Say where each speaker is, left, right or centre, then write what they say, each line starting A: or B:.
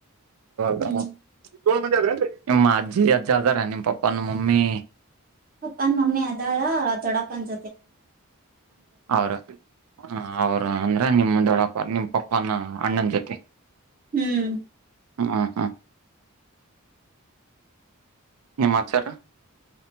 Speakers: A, on the right; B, on the right.
A: ಟ
B: ಹ್ಮ್
A: ಹಲ್ ನಿಮ್ಮ ಅಜ್ಜಿ ಅಜ್ಜ ಅದಾರ ನಿಮ್ ಪಪ್ಪ ನಿಮ್ಮ ಮಮ್ಮಿ
B: ಅಪ್ಪ ಅಂದ ಮನಿ ಅದಾಳ ದೊಡ್ಡಪ್ಪ ಪಂಜ
A: ಅವರು ಅವರು ಅಂದ್ರೆ ನಿಮ್ಮ ದೊಡಪ್ಪ ನಿಮ ಪಪ್ಪಾನ ಅಣ್ಣನ ಜೊತೆ
B: ಹ್ಮ್
A: ಹ್ಮ ಹ್ಮ್ ಹ್ಮ್ ನಿಮಾಚಾರ